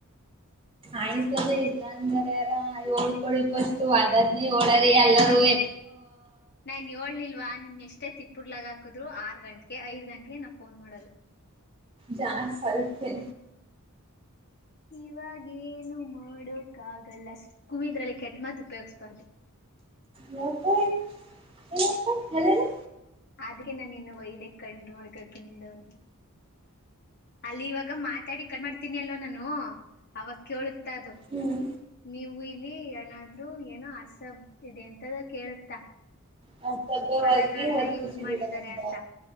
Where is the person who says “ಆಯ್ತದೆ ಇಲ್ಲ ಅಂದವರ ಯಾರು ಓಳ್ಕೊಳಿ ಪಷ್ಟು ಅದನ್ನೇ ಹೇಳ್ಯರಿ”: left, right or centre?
Right